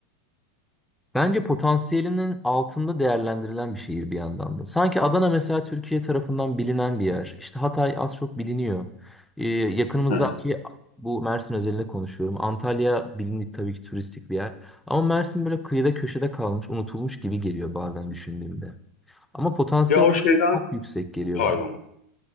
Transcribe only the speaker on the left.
<laughs>
Ya o
şeyden
Pardon.